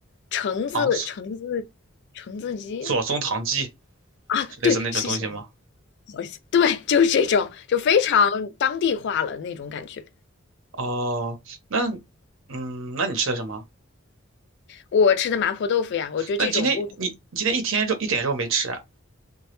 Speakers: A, on the left; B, on the right.
A: 橙子橙子橙子鸡
B: 糖醋左宗棠鸡
A: 啊，
B: 是类似那种东西吗？
A: 对，谢谢，不好意思，对，就是这种，就非常当地化了那种感觉。
B: 哦，那嗯，那你吃的什么？
A: 我吃的麻婆豆腐呀，我觉得这种不，
B: 那你今天你你今天一天肉一点肉没吃啊？